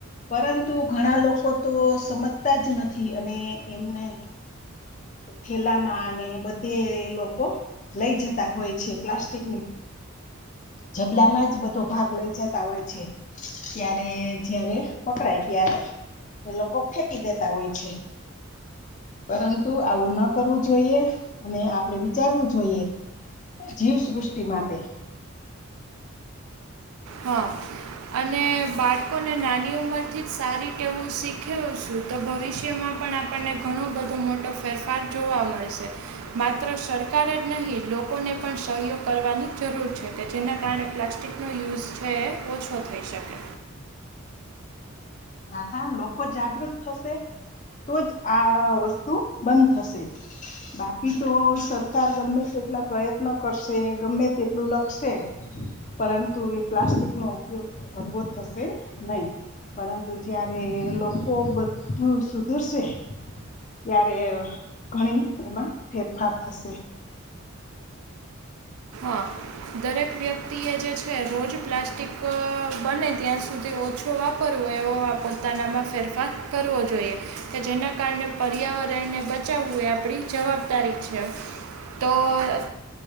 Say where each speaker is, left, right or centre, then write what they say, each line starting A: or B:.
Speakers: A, on the left; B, on the right.
A: પરંતુ ઘણા લોકો તો સમજતા જ નથી અને એમને થેલામાં અને બધે લોકો લઈ જતાં હોય છે પ્લાસ્ટિકની ઝભલામાં જ બધો ભાગ લઈ જતાં હોય છે. ત્યારે જયારે પકડાય ત્યારે એ લોકો ફેંક કી દેતા હોય છે. પરંતુ આવું ન કરવું જોઈએ અને આપડે વિચારવું જોઈએ. જીવસૃષ્ટિ માટે.
B: હા અને બાળકોને નાની ઉંમરથી જ સારી ટેવું શીખવશુ. તો ભવિષ્યમાં પણ આપણને ઘણો બધો મોટો ફેરફાર જોવા મળશે. માત્ર સરકાર જ નહીં લોકોને પણ સહયોગ કરવાની જરૂર છે કે જેના કારણે પ્લાસ્ટિ સ્ટિકનો યુઝ છે એ ઓછો થઈ શકે.
A: હા હા લોકો જાગૃત થશે તોજ આ વસ્તુ બંધ થશે. બાકી તો સરકાર ગમે તેટલા પ્રયત્ન કરશે ગમે તેટલું લખશે. પરંતુ એ પ્લાસ્ટિકનો ઉપયોગ હળવો થશે નહીં પરં તુ જયારે એ લોકો બધું સુધરશે ત્યારે ઘણી એમાં ફેરફાર થશે.
B: હા. દરેક વ્યક્તિએ જે છે રોજ પ્લાસ્ટિક બને ત્યાં સુધી ઓછો વાપ રવો એવો આ પોતાનામાં ફેરફાર કરવો જોઈએ. કે જેના કારણે પર્યાવરણને બચાવવું એ આપડી જવાબદારી છે, તો